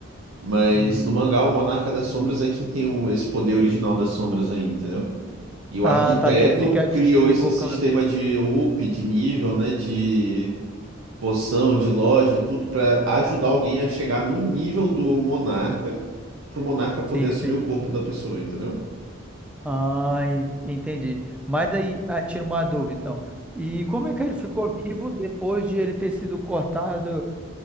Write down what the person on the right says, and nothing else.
Mas
no mangá o Monarca das Sombras é quem tem o, esse poder original das sombras aí, entendeu? E o
arquiteto
criou
esse
sistema de up, de nível, né? De poção, de loja, tudo pra ajudar alguém a chegar no nível do monarca, pro monarca poder
assumir
o corpo da pessoa, entendeu?